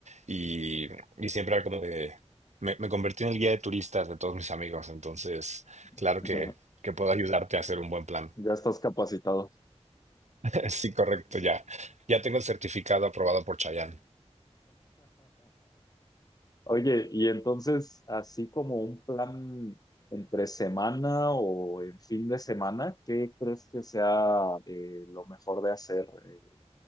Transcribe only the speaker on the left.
<laughs>
Ya estás capacitado.
<laughs>
Oye, y entonces, así como un plan entre semana o en fin de semana, ¿qué crees que sea eh, lo mejor de hacer? Eh,